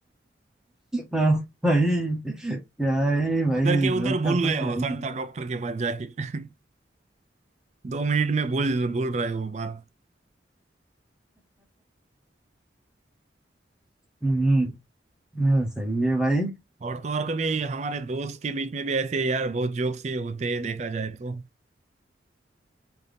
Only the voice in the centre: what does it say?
हाँ, भाई क्या है भाई
जोक
का तो
क्या
ही
हम्म हाँ, सही है भाई